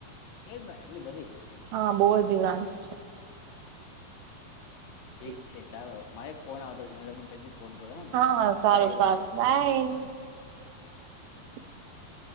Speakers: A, on the left; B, on the right.
A: એ એટલી બધી
B: અ બહુ અધીરાંશ છે <inaudible>
A: ઠીક છે ચાલો મારે ફોન આવતો છે મે તમને પછી ફોન કરો હે
B: હા
A: ને
B: હા
A: ચાલો
B: સારું
A: બાય
B: સારું બાય. <inaudible>